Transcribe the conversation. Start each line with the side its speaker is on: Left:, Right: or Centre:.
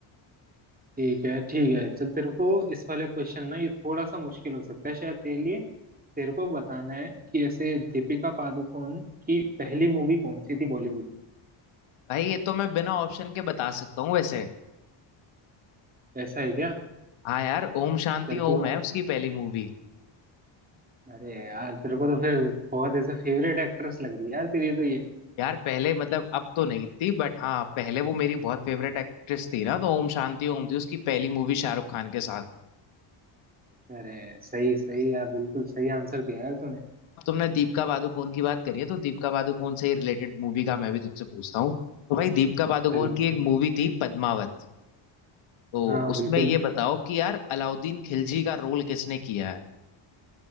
Right: ठीक है ठीक है चल तेरे को इस वाले क्वेश्चन ना ये थोड़ा सा मुश्किल हो सकता है शायद तेरे लिए तेरे को बताना है कि ऐसे दीपिका पादुकोण की पहली मूवी कौन सी थी बॉलीवुड में
Left: भाई ये तो मैं बिना ऑप्शन के बता सकता हूँ वैसे
Right: ऐसा है क्या
Left: हाँ यार ओम शांति
Right: चल तू
Left: ओम है उसकी पहली मूवी
Right: अरे यार तेरे को तो फिर बहुत ऐसे फेवरेट एक्ट्रेस लग रही है यार तेरी तो ये
Left: यार पहले मतलब अब तो नहीं थी बट हाँ पहले वो मेरी बहुत फेवरेट एक्ट्रेस थी ना तो ओम शांति ओम थी उसकी पहली मूवी शाहरुख खान के साथ
Right: अरे सही सही यार बिल्कुल सही आंसर दिया यार तूने
Left: अब तुमने दीपिका पादुकोण की बात करी है तो दीपिका पादुकोण से रिलेटेड मूवी का मैं भी तुझसे पूछता हूँ तो भाई दीपिका पादुकोण
Right: चलो
Left: की एक
Right: कुछ
Left: मूवी थी पद्मावत तो
Right: हाँ
Left: उसमें
Right: बिल्कुल
Left: ये बताओ कि यार अलाउद्दीन खिलजी का रोल किसने किया है